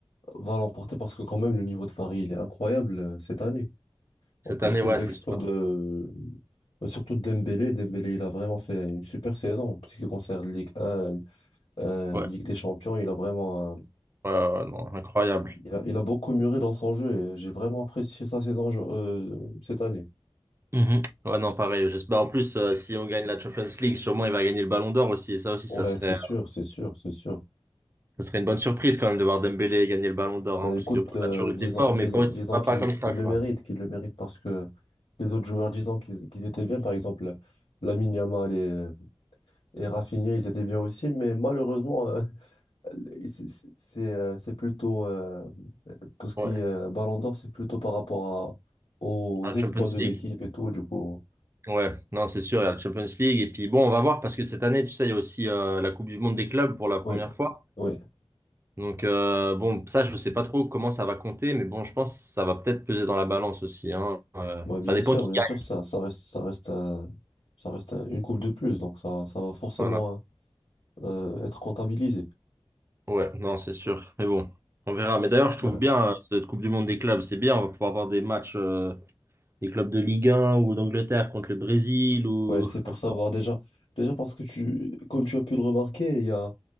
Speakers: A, on the left (about 70°); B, on the right (about 25°).
A: va l'emporter parce que quand même, le niveau de Paris, il est incroyable euh, cette année.
B: cette
A: En plus,
B: année,
A: les
B: ouais, c'est
A: exploits
B: sûr.
A: de... bah, Surtout de Dembélé. Dembélé, il a vraiment fait une super saison. En ce qui concerne Ligue 1, euh,
B: Ouais,
A: Ligue des Champions, il a vraiment... euh,
B: ouais, ouais, ouais, non, incroyable.
A: Il a, il a beaucoup mûri dans son jeu et j'ai vraiment apprécié sa saison je- euh, cette année.
B: Mhm. Ouais, non, pareil. J'espère en plus, euh, si on gagne la Champions League, sûrement il va gagner le Ballon d'Or aussi, et ça aussi,
A: Ouais,
B: ça serait.
A: c'est sûr, c'est sûr, c'est sûr.
B: Ça serait une bonne surprise quand même de voir Dembélé gagner le Ballon d'Or,
A: Bah
B: hein, parce
A: écoute,
B: que bon,
A: euh,
B: la Turquie
A: disons,
B: était fort,
A: disons,
B: mais pas aussi
A: disons
B: pas,
A: qu'il
B: pas comme ça,
A: qu'il
B: quoi.
A: le mérite, qu'il le mérite parce que les autres joueurs, disons qu'ils qu'ils étaient bien, par exemple, Lamine Yamal et, et Rafinha, ils étaient bien aussi, mais malheureusement, euh, C'est c'est- c'est, euh, c'est plutôt euh, tout ce qui
B: Ouais,
A: est euh, Ballon d'Or, c'est plutôt par rapport à- aux
B: à
A: exploits
B: la Champions
A: de l'équipe
B: League.
A: et tout, du coup.
B: Ouais, non, c'est sûr, il y a la Champions League. Et puis bon, on va voir, parce que cette année, tu sais, il y a aussi euh, la Coupe du Monde des clubs pour la première
A: Oui,
B: fois.
A: oui.
B: Donc euh, bon, ça, je ne sais pas trop comment ça va compter, mais bon, je pense que ça va peut-être peser dans la balance aussi. hein. Euh,
A: Moi, bien
B: ça dépend
A: sûr,
B: qui
A: bien
B: gagne.
A: sûr, ça, ça reste, ça reste, un- ça reste un- une coupe de plus, donc ça, ça va forcément
B: Voilà.
A: euh, être comptabilisé.
B: Ouais, non, c'est sûr. Mais bon, on verra. Mais d'ailleurs, je trouve
A: Ouais,
B: bien euh, cette Coupe du Monde des clubs, c'est bien, on va pouvoir voir des matchs. euh, des clubs de Ligue 1 ou d'Angleterre contre le Brésil ou
A: Ouais, c'est pour
B: comme
A: savoir
B: ça.
A: déjà, déjà parce que tu, comme tu as pu le remarquer, il y a